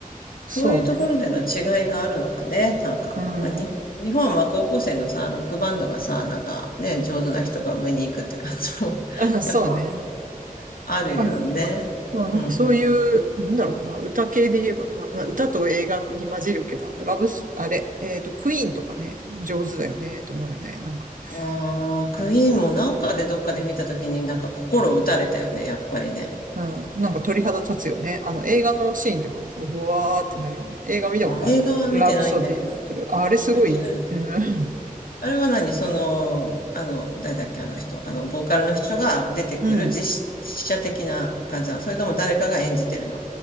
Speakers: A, on the right (about 65°); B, on the left (about 80°).
A: そうね。
B: そういうところでの違いがあるのかね、なんか。
A: うん、
B: まあ、に日本は高校生のさ、ロックバンドがさ、なんかね、上手な人が上に行くって感じも
A: うん、
B: <laughs>
A: そうね。
B: やっぱあるよね。
A: まあ、まあ、なんかそういう、
B: うん。
A: なんだろうな、歌系で言えば、まあ、まあ歌と映画に混じるけど、あの、ラブス、あれ、えっと、クイーンとかね、上手だよね、と思うよね。なんか、
B: ああ、クイーンもなんかでどっかで見たときになんか心打たれたよね、
A: やっぱね。
B: やっぱりね。
A: うん、なんか鳥肌立つよね。あの、映画のシーンとかもさ、うわーってなるよね。映画見たことあるラブソデインで来る。
B: あ、映画は見てないんだけど。
A: ああれすごいいい。
B: 見てないみたい。
A: うん。
B: あれは何その、あの、誰だっけ、あの人。あの、ボーカルの人が出てくる実、
A: うん
B: 実写的な感じなの。それとも誰かが演じてるの。